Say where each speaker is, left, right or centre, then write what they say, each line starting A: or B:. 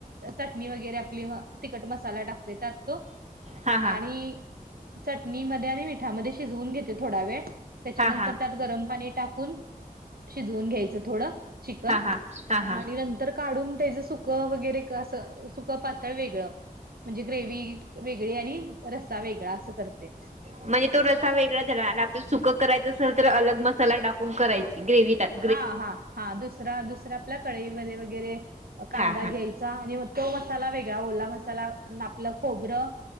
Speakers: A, on the right; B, on the right.
A: चटणी वगैरे आपली म - तिखट मसाला टाकते त्यात तो.
B: हा हा
A: आणि- चटणीमध्ये आणि मिठामध्ये शिजवून घेते थोडा वेळ. त्याच्यानंतर
B: हा हा
A: त्यात गरम पाणी टाकून- शिजवून घ्यायचं थोडं चिकन
B: हा हा हा हा
A: आणि- तर काढून त्याच सुकं वगैरे अस सुक पा- वेगळ म्हणजे ग्रेव्ही वेगळी आणि रस्सा वेगळा असं करते.
B: म्हणजे तो रस्सा वेगळा झाला. आणि आपल्याला सुकं करायचं असेल तर अलग मसाला टाकून करायची ग्रेव्ही टाइ -
A: हा हा हा. दुसरा दुसरा आपल्या कढईमध्ये वगैरे- कांदा
B: हा हा
A: घ्यायचा म्हणजे म तो मसाला वेगळा ओला मसाला आपलं खोबरं-